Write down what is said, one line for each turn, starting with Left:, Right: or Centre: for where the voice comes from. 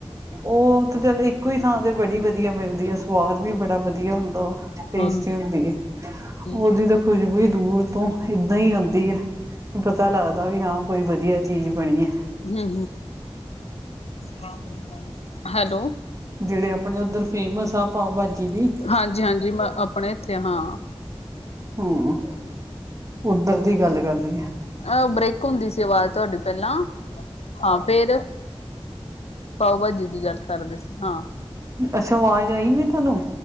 Right: ਉਹ ਤੇ ਚੱਲ ਇੱਕ ਇੱਕੋ ਹੀ ਥਾਂ ਤੇ ਬੜੀ ਵਧੀਆ ਮਿਲਦੀ ਆ ਸਵਾਦ ਵੀ ਬੜਾ ਵਧੀਆ ਹੁੰਦਾ ਟੇਸਟੀ
Left: ਹਾਂ ਹਮ
Right: ਹੁੰਦੀ ਹੈ ਉਹਦੀ
Left: ਹਮ
Right: ਤਾਂ ਖੁਸ਼ਬੂ ਹੀ ਦੂਰ ਤੋਂ ਏਦਾਂ ਹੀ ਆਉਂਦੀ ਹੈ ਪਤਾ ਲੱਗਦਾ ਵੀ ਹਾਂ ਕੋਈ ਵਧੀਆ ਚੀਜ਼ ਬਣੀ ਹੈ
Left: ਹਮ ਹਮ ਹੈਲੋ
Right: ਜਿਹੜੇ ਆਪਣੇ ਉੱਧਰ ਫੇਮਸ ਆ ਪਾਓ ਭਾਜੀ ਦੀ
Left: ਹਾਂਜੀ ਹਾਂਜੀ ਮੈਂ ਆਪਣੇ ਇੱਥੇ ਹਾਂ
Right: ਹਮ ਉਧਰ ਦੀ ਗੱਲ ਕਰਦੀ ਹੈ
Left: ਅਹ ਬ੍ਰੇਕ ਹੁੰਦੀ ਸੀ ਆਵਾਜ਼ ਤੁਹਾਡੀ ਪਹਿਲਾਂ ਹਾਂ ਫੇਰ ਪਾਓ ਭਾਜੀ ਦੀ ਗੱਲ ਕਰਦੇ ਸੀ ਹਾਂ
Right: ਅੱਛਾ ਵਾਜ ਆਈ ਨੀ ਤੇਨੂੰ